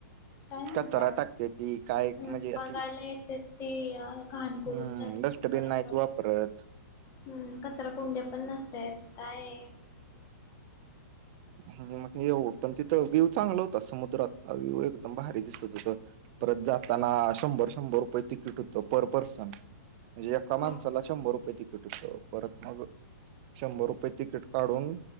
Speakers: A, on the left; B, on the right.
A: काय म्हणतो
B: कचरा
A: आपण
B: टाकते ती काय
A: हूं
B: म्हणजे अशी
A: बघायला येत्यात ते या घाण करून
B: हम्म
A: जात्यात
B: डस्टबिन
A: बरोबर
B: नाहीत वापरत
A: हूं कचरा कुंड्या पण नस त्यात कायये
B: हम्म म येव पण तिथं व्ह्यू चांगला होता समुद्रात व्ह्यू एकदम भारी दिसत होत. परत जाताना शंभर शंभर रुपये तिकीट होत पर पर्सन म्हणजे एका माणसाला
A: होय
B: शंभर रुपये तिकीट होत परत मग शंभर रुपये तिकीट काढून